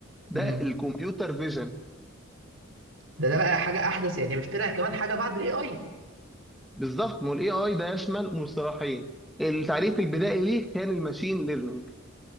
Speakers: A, in the centre; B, on the right.
A: ده
B: مم.
A: الكمبيوتر فيجن
B: ده ده بقى حاجه احدث يعني طلع كمان حاجه بعد الاي اي
A: بالظبط ما الاي اي ده يشمل مصطلحين التعريف البدائي ليه كان الماشين ليرنينج